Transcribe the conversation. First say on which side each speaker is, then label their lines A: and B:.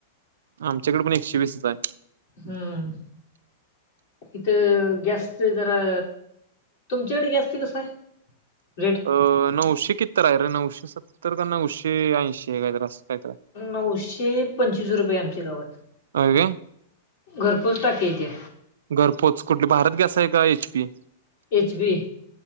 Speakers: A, on the right; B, on the left.
A: आमच्याकडे पण, एकशे वीसच आहे.
B: हम्म, इथं गॅसचं जरा तुमच्याकडे गॅसचं कसं आहे, रेट?
A: अ नऊशे कित्तर आहे रे नऊशे सत्तर का? नऊशे ऐंशी आहे? कायतर असंच काहीतरी आहे.
B: नऊशे पंचवीस रुपये, आमच्या गावात.
A: होय काय.
B: घरपोच टाकी येती.
A: घरपोच कुठली भारत गॅस आहे का H. P.?
B: H. P.